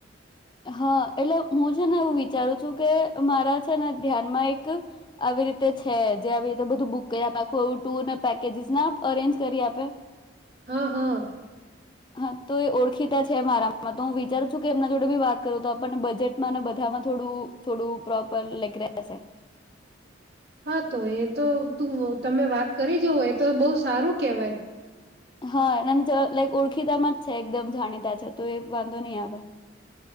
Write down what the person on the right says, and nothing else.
હા હા.
હા તો એ તો તું તમે વાત કરી જવો એ તો બહુ સારું કેહેવાય.